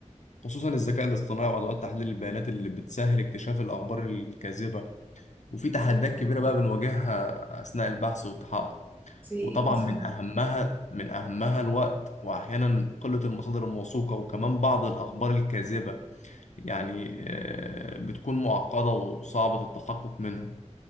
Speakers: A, on the left; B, on the right.
A: خصوصا الذكاء الاصطناعي وأدوات تحليل البيانات اللي بتسهل اكتشاف الأخبار الكاذبة وفي
B: أكيد
A: تحديات
B: طبعا
A: كبيرة بقى بنواجهها أثناء البحث والتحقق
B: زي إيه
A: وطبعا
B: مثلا؟
A: من أهمها من أهمها الوقت وأحيانا قلة المصادر الموثوقة وكمان بعض الأخبار الكاذبة يعني آه، بتكون معقدة وصعبة التحقق منها